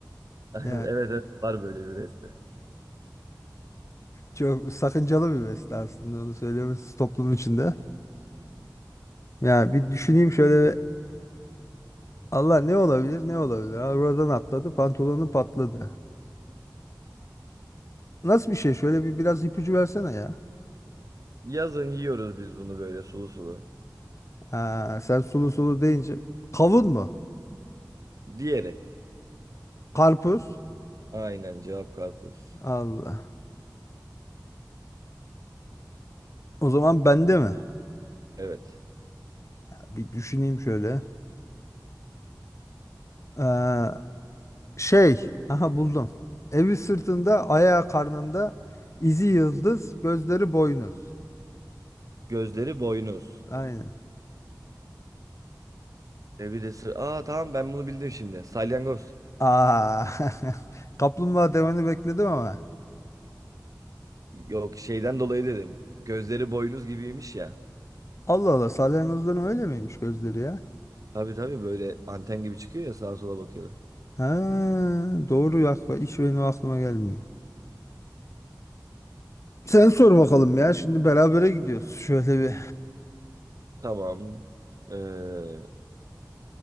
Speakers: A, on the right; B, on the left.
A: <laughs>
B: Yani
A: Evet evet var böyle bir beste.
B: çok sakıncalı bir beste aslında onu söylemesi toplum içinde. Ya bir düşüneyim şöyle Allah ne olabilir ne olabilir. Arabadan atladı pantolonu patladı. Nasıl bir şey? Şöyle bir biraz ipucu versene ya.
A: Yazın yiyoruz biz bunu böyle sulu sulu.
B: Ha, sen sulu sulu deyince. Kavun mu?
A: Diğeri.
B: Karpuz?
A: Aynen cevap karpuz.
B: Allah. O zaman bende mi?
A: Evet.
B: Bir düşüneyim şöyle. Ee, şey. Aha buldum. Evi sırtında, ayağı karnında, izi yıldız, gözleri boynuz.
A: Gözleri boynuz.
B: Aynen.
A: E bir de sır- Aa tamam ben bunu bildim şimdi. Salyangoz.
B: Aa. <laughs> Kaplumbağa demeni bekledim ama.
A: Yok şeyden dolayı dedim. Gözleri boynuz gibiymiş ya.
B: Allah Allah salyangozların öyle miymiş gözleri ya?
A: Tabii tabii böyle anten gibi çıkıyor ya sağa sola bakıyorlar.
B: Ha, doğru yak iş benim aklıma gelmiyor. Sen sor bakalım ya şimdi berabere gidiyoruz. Şöyle bir
A: Tamam. Ee,